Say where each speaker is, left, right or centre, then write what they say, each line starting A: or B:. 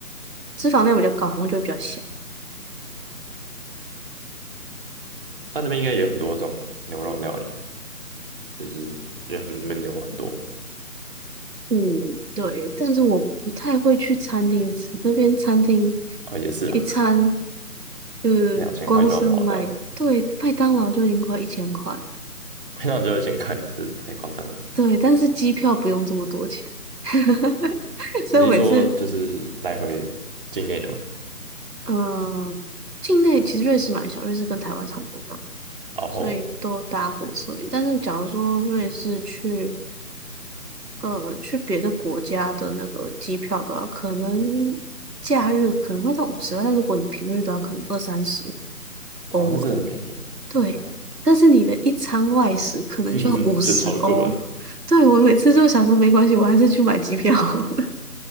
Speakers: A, on the right; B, on the right.
A: 脂肪量比较高，然后就会比较香。
B: 它那边应该也有很多这种牛肉料理，就是因为他们那边牛很多嘛。
A: 嗯，对，但是我不太会去餐厅吃，那边餐厅
B: 哦，也是啊，
A: 一餐
B: <laughs>
A: 就是光是买，
B: 一两千块就要跑掉了，
A: 对，麦当劳就已经快一千块了，
B: <laughs> 一两千块就一千块，这太夸张了。
A: 对，但是机票不用这么多钱，<laughs> 所以我每次
B: 你是说就是来回境内的吗？
A: 嗯，境内其实瑞士蛮小，瑞士跟台湾差不多大，
B: 然后
A: 所以都搭火车。但是假如说瑞士去，呃，去别的国家的那个机票的话，可能假日可能会到五十万，但如果你平日的话，可能二三十欧而已。
B: 哦，那真的很便宜。
A: 对，
B: 对啊，
A: 但是你的一餐外食可能就要五十欧。
B: <laughs> 就超过了。
A: 对，我每次就想说没关系，我还是去买机票。<laughs>